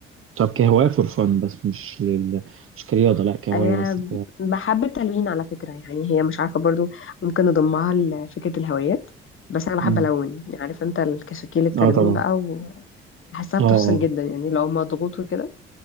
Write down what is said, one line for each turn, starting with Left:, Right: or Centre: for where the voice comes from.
Right: طب كهواية فور فن بس مش لل... مش كرياضة لا كهواية
Left: أه
Right: بس ك...
Left: بحب التلوين على فكرة يعني هي مش عارفة برضو ممكن نضمها لفكرة الهوايات بس أنا بحب
Right: مم.
Left: ألون عارف أنت الكشاكيل التلوين
Right: اه طبعا
Left: بقى وبحسها
Right: اه
Left: بتفصل
Right: اه
Left: جدا يعني لو مضغوط وكده